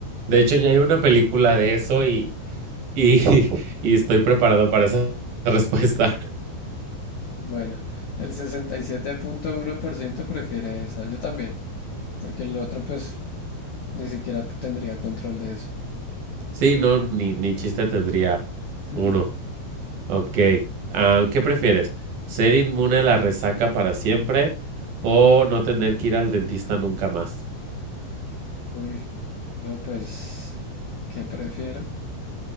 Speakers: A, on the right (about 60°); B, on the left (about 60°).
A: De hecho, ya hay una película de eso y, y, <laughs> y estoy preparado para esa <laughs> respuesta.
B: Bueno, el sesenta y siete punto uno por ciento prefiere esa, yo también, porque el otro pues ni siquiera tendría control de eso.
A: Sí, no, ni, ni chiste tendría
B: Hmm,
A: uno. Ok. ah, ¿qué prefieres? ¿Ser inmune a la resaca para siempre o no tener que ir al dentista nunca más?
B: Uy, no, pues, ¿qué prefiero?